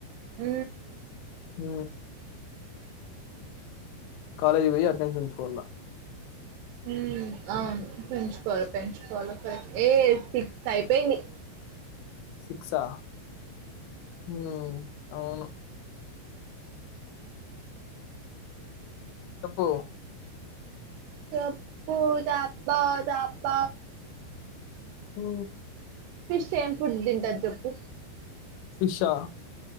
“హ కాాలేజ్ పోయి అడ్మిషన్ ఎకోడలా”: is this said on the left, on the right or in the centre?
Left